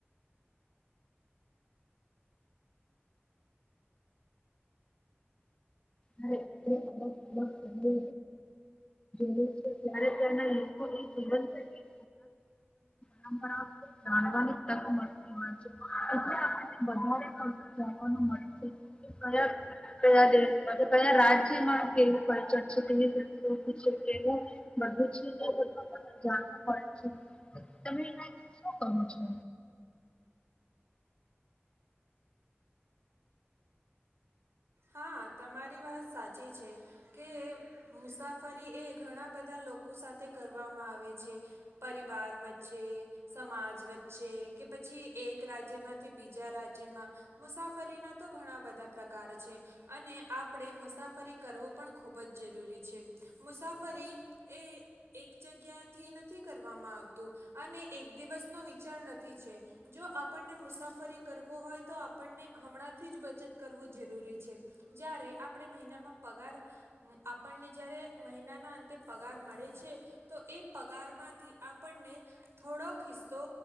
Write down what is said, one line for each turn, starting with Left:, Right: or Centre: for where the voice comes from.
Left: અલગ અલગહે દ છે ત્યારે ત્યાના લોકો એ જીવનીશૈલી પરંપરા. જાણવાની તક મળતી હોય છે એટળે આપણને વધવા પડતું જાણવાનું મળે છે કે કયા કયા દે કયા રાજ્યમાં કે. ચ છેવું બધું છે જાણવું મળે છે. તમે એના વિશે શું કહો છો?
Right: હા તમારી વાત સાચી છે કે મુસાફરી એ ઘણા બધા લોકો સાથે કરવામાં આવે છે. પરિવાર વચ્ચે, સમાજ વચ્ચે કે પછી એક રાજ્યમાંથી બીજા રાજ્યમાં મુસાફરીના તો ઘણા બધા પ્રકાર છે. અને આપણે મુસાફરી કરવું પણ ખૂબ જ જરૂરી છે. મુસાફરી એ એક જગ્યાથી નથી કરવામાં આવતું અને એક દિવસનો વિચાર નથી છે જો આપણને મુસાફરી કરવો હોય તો આપણને હમણાંથી જ બચત કરવું જરૂરી છે. જ્યારે આપણે મહિનામાં પગાર આપણને જ્યારે મહિનાના અંતે પગાર મળે છે, તો એ પગારમાંથી આપણને થોડોક હિસ્સો